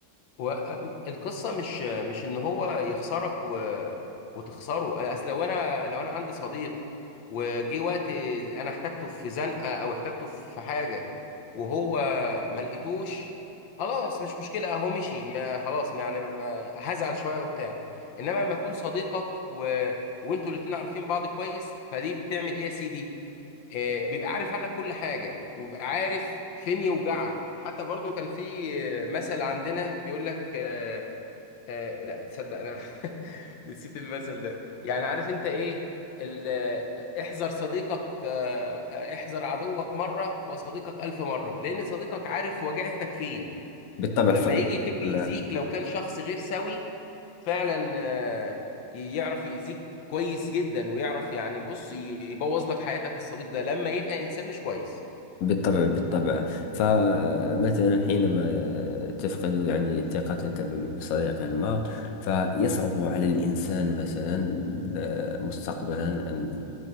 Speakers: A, on the left; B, on the left.
A: هو القصه مش مش ان هو يخسرك و... وتخسره اصل لو انا لو انا عندي صديق وجه وقت انا احتاجته في زنقه او احتاجته في حاجه وهو ما لقيتوش خلاص مش مشكله اهو مشي ما خلاص ما يعني ما هزعل شويه وبتاع انما لما يكون صديقك و... وانتوا الاتنين عارفين بعض كويس فدي بتعمل ايه يا سيدي آه، بيبقى عارف عنك كل حاجة وبيبقى عارف فين يوجعك حتى برضو كان في آه، مثل عندنا بيقول لك آه، آه، لا تصدق انا <laughs> نسيت المثل ده يعني عارف انت ايه ال- آه، احذر صديقك آه، آه، احذر عدوك مرة وصديقك ألف مرة لأن صديقك عارف وجعتك فين
B: بالطبع
A: فلما
B: ف...
A: يجي يحب
B: نعم.
A: يأذيك لو كان شخص غير سوي فعلا آه، يعرف يأذيك كويس جدا ويعرف يعني بص ي- يبوظ لك حياتك الصديق ده لما يبقى إنسان مش كويس
B: بالطبع بالطبع فمثلا حينما تفقد يعني ثقتك ب- بصديق ما فيصعب على الإنسان مثلا آه، مستقبلا أن